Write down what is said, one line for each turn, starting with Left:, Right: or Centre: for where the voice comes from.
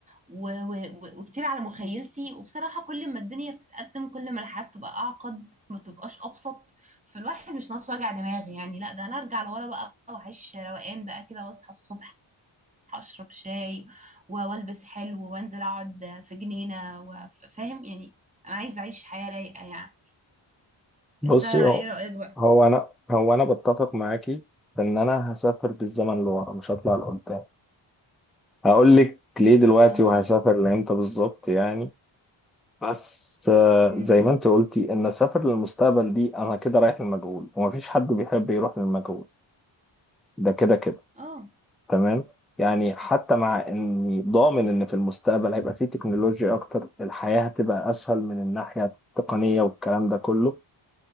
Right: و... و... و- وكتير على مخيلتي وبصراحة كل ما الدنيا بتتقدم كل ما الحياة بتبقى أعقد ما بتبقاش أبسط فالواحد مش ناقص وجع دماغ يعني لا ده أنا أرجع لورا بقى وأعيش روقان بقى كده وأصحى الصبح أشرب شاي و- وألبس حلو وأنزل أقعد في جنينة وف- فاهم يعني أنا عايزة أعيش حياة رايقة يعني
Centre: بصي
Right: أنت إيه
Centre: هو
Right: رأيك بقى؟
Centre: هو انا هو انا بتفق معاكي ان انا هسافر بالزمن لورا مش هطلع لقدام هقول لك ليه دلوقتي
Right: آه
Centre: وهسافر لامتى بالظبط يعني بس آه،
Right: أمم
Centre: زي ما انت قلتي ان اسافر للمستقبل دي انا كده رايح للمجهول ومفيش حد بيحب يروح للمجهول ده كده كده
Right: آه
Centre: تمام يعني حتى مع اني ضامن ان في المستقبل هيبقى فيه تكنولوجيا اكتر الحياة هتبقى اسهل من الناحية التقنية والكلام ده كله